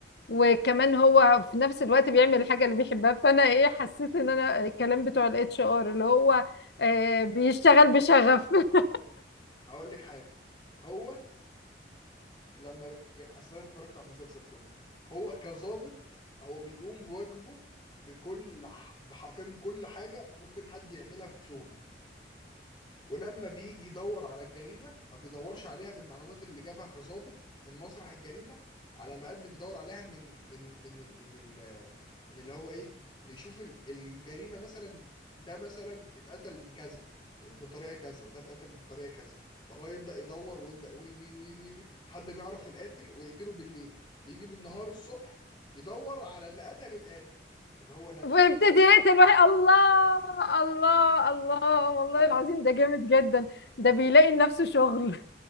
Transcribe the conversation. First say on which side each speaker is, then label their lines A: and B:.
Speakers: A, on the left (about 65°); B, on the left (about 25°).
A: وكمان هو في نفس الوقت بيعمل الحاجة اللي بيحبها فانا ايه حسيت ان انا الكلام بتوع الاتش ار اللي هو آه بيشتغل بشغف <laughs>
B: هقول لك حاجه هو لما يعني اصلا أنا اتفرجت على المسلسل كله هو كظابط هو بيقوم بواجبه بكل ح- بحرفيا بكل حاجه ممكن حد يعملها في شغله ولما بيجي يدور على الجريمة ما بيدورش عليها بالمعلومات اللي جابها كظابط من مسرح الجريمة على ما قد بيدور عليها من من من من ال من اللي هو ايه بيشوف ال- الجريمة مثلا ده مثلا اتقتل كذا بالطريقة كذا وده اتقتل بالطريقة كذا فهو يبدأ يدور ويبدأ وي وي وي وي وي لحد ما يعرف القاتل ويقتله بالليل يجي بالنهار الصبح يدور على اللي قتل القاتل اللي هو نفسه
A: وابتدي يقتل واحد الله الله الله والله
B: والله
A: العظيم ده جامد جدا ده بيلاقي لنفسه شغل